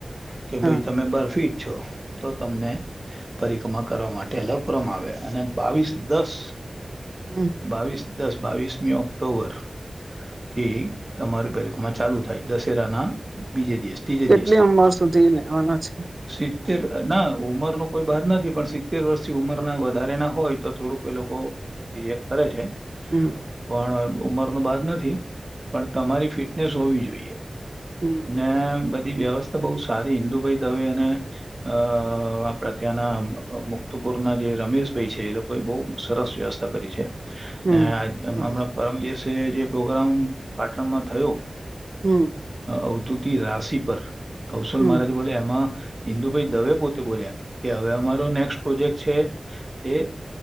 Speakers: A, on the right; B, on the right.
A: કે
B: હા
A: ભાઈ તમે બર ફીટ છો તો તમને પરિક્રમા કરવા માટે અલ કરવામાં આવે અને બાવીસ દસ
B: હમ
A: બાવીસ દસ બાવીસમી ઓક્ટોબર થી તમારી પેરેખમાં ચાલુ થાય દશેરાના બીજે દિવસ ત્રીજે
B: કેટલી
A: દિવસથી
B: ઉંમર
A: સટ
B: સુધી લેવાના છે
A: સિતતેર ના ઉંમર ન કોઈ બાદ નથી પણ સિત્તેર વર્ષથી ઉંમરના વધારે ના હોય તો થોડુંક એ લોકો ડિજેક્ટ કરે છે
B: હમ
A: પણ ઉમરનું બાદ નથી પણ તમારી ફિટનેસ હોવી જોઈએ
B: હમ
A: ને બ વ્યવસ્થા બહ સારી હિન્દુભાઈ દવે અને અ આપણે ત્યાંના મુક્ત ર ના જે રમેશભાઈ છે એ લોકો બહ સરસ વ્યવસ્થા કરી છે
B: હમ
A: હમણાં
B: બરાબર
A: પરમજી જે પ્રોગ્રામ પાટણમાં થયો
B: હમ
A: અવધૂત રાશિ પર કૌશલ
B: હમ
A: મહારાજ બોલે એમાં િંદુભાઈ દવે પોતે બોલ્યા કે હવે અમારો નેક્સ્ટ પ્રોજેક્ટ છે એ